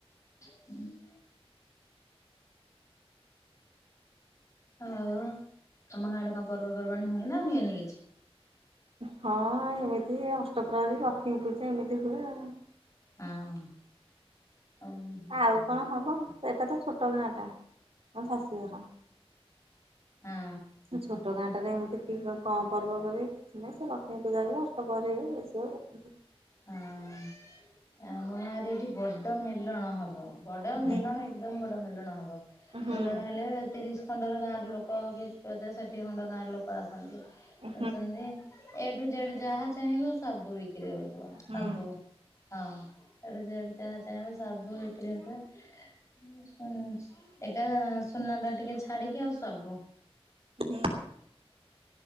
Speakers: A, on the left; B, on the right.
A: ହୁଁ। ହୋଉ ତମ ଗାଁ ଆଡ଼େ କଁ ପର୍ବପର୍ବାଣି ହୁଏ ନା ହୁଏନି କିଛି?
B: ହଁ ଏମିତି ଅଷ୍ଟପ୍ରହରେୀ ଲକ୍ଷ୍ମୀ ପୂଜା ଏମିତି ହୁଏ ଆଉ।
A: ହଁ। ହଁ
B: ଆଉ କଣ ହବ ଏଟା ତ ଛୋଟ ଗାଁ ଟା। ହଁ ଶାଶୁଘର
A: ହଁ।
B: ଛୋଟ ଗାଁଟାରେ ଏମିତି କି କଁ ପର୍ବ କରିବି କିଛି ନାହିଁ, ସେ ଲକ୍ଷ୍ମୀ ପୂଜା, ଅଷ୍ଟପ୍ରହରୀ ହୁଏ ଏ ସବୁ
A: ହଁ ଆମ ଗାଁରେ ଏଠି ବଡ ମେଲଣ ହବ ବଡ
B: ହୁଁ
A: ମେଲଣ। ଏକଦମ ବଡ ମେଲଣ ହବ
B: ହୁଁ।
A: ମେଲଣ ହେଲେ ତିରିସି ଖଣ୍ଡର ଗାଁର ଲୋକ କି ପଚାଶ ଷାଠିଏ ଖଣ୍ଡ ଗାଁର ଲୋକ ଆସନ୍ତି।
B: ହୁଁ
A: ଆଚନ୍ତି ଏ ଠୁ ଜେଡ ଯାହା ଚାହିଁବ ସବୁ ବିକ୍ରି ହଉଥିବ ସବୁ।
B: ହୁଁ
A: ବୁ ହଁ ଏ ରୁ ଜେଡ ଯାହା ଚାହିଁବ ସବୁ ବିକ୍ରିହଉଥିବ। ଏକା ସୁନାଟା ଟିକେ ଛାଡିକି ଆଉ ସବୁ।
B: ହୁଁ।